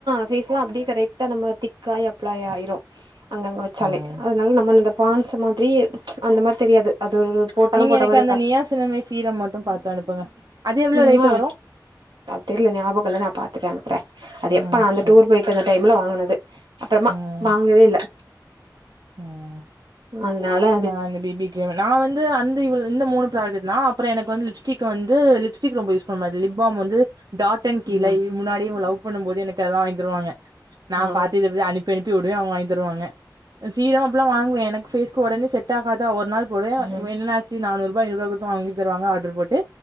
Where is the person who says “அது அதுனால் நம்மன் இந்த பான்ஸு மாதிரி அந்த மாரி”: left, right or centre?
Right